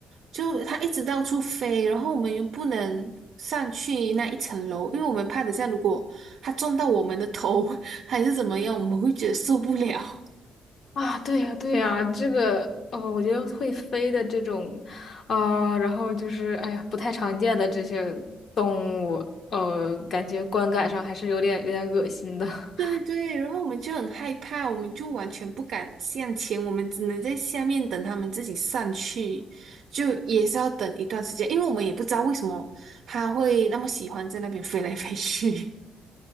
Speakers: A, on the right; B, on the left.
A: 就它一直到处飞，然后我们又不能上去那一层楼，因为我们怕等下如果它撞到我们的头 <laughs> 还是怎么样，我们会觉得受不了。
B: 啊，对呀，对呀，这个哦，我觉得会飞的这种，啊、然后就是哎呀，不太常见的这些动物，呃，感觉观感上还是有点有点恶心的。<laughs>
A: 对对，然后我们就很害怕，我们就完全不敢向前，我们只能在下面等他们自己上去，就也是要等一段时间，因为我们也不知道为什么他会那么喜欢在那边飞来飞去，